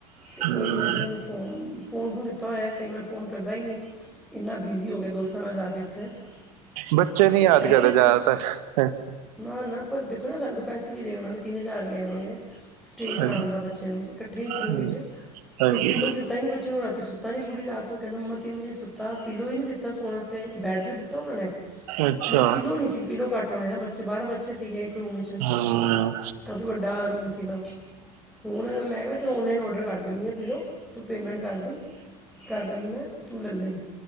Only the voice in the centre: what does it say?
ਤੇ ਉਹੀ
ਮੈਂ ਕਿਹਾ ਮੈਨੂੰ ਫੋ ਫੋਨ-ਫੋਨ ਫੂਨ ਦਿੱਤਾ ਹੋਇਆ ਕਈ ਵਾਰ ਫੋਨ ਕਰਦਾ ਹੀ ਨਈ, ਇੰਨਾਂ ਬਿਜ਼ੀ ਹੋ ਗਿਆ ਦੋਸਤਾਂ ਨਾਲ ਜਾ ਕੇ ਉੱਥੇ
ਤੇ
ਪੈਸੇ
ਪੁਰ ਨਾ- ਨਾ ਪਰ ਦੇਖੋ ਨਾ ਸਾਡੇ ਕੋਲ ਪੈਸੇ ਵੀ ਲੇ ਉਹ ਤਿੰਨ ਹਜ਼ਾਰ ਲਿਆ ਉਹਨਾਂ ਨੇ, ਸਟੇਅ ਕਰਾਣ
ਦਾ ਬੱਚਿਆਂ ਨੂੰ ਇਕੱਠੇ ਇੱਕ ਰੂਮ
ਵਿੱਚ
ਤੇ ਪਹਿਲੋਂ ਦਿੱ ਤਾਂਹੀ ਨੀ ਬੱਚੇ ਨੂੰ ਰਾਤੀ ਸੁੱਤਾ ਨੀਂ ਪੂਰੀ ਰਾਤ, ਕਹਿੰਦਾ ਮੰਮਾ ਤਿੰਨ ਵਜੇ ਸੁੱਤਾ ਪੀਲੋ ਹੀ ਨੀਂ ਦਿੱਤਾ ਸੋਣ ਆਸਤੇ, ਬੈਡ 'ਤੇ ਦਿੱਤਾ ਉਹਨਾਂ ਨੇ
ਮਤਲਬ ਪੀਲੋ ਨੀ ਸੀ, ਪੀਲੋ ਘੱਟ ਹੋਣੇ ਨਾ ਬੱਚੇ ਬਾਰਾਂ ਬੱਚੇ ਸੀਗੇ ਇੱਕ ਰੂਮ ਵਿੱਚ
ਕਾਫ਼ੀ ਵੱਡਾ ਰੂਮ ਸੀਗਾ, ਹੁਣ ਮੈਂ ਕਿਹਾ ਮੈ ਤੈਨੂੰ ਔਨਲਾਈਨ ਔਡਰ ਕਰ ਦਿੰਨੀ ਆ ਪੀਲੋ ਤੂੰ ਪੇਮੈਂਟ ਕਰਦੀ, ਕਰ ਦਾਂਗੀ ਮੈਂ ਤੂੰ ਲੱ ਲਈ।